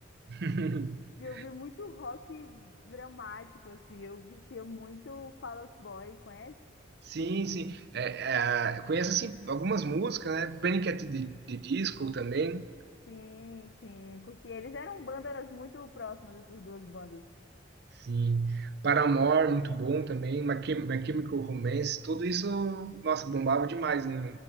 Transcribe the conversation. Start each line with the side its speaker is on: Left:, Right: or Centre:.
Right: <laughs>
Left: De ouvir muito rock dramático, assim. Eu curtia muito Fall Out Boys, conhece?
Right: Sim, sim. É, é, conheço assim algumas músicas, né? Panic at the, the Disco também.
Left: Sim, sim, curti. Eles eram bandas muito próximas, essas duas bandas.
Right: Sim. Paramore, muito bom também. My Chem- My Chemical Romance, tudo isso, nossa, bombava demais no,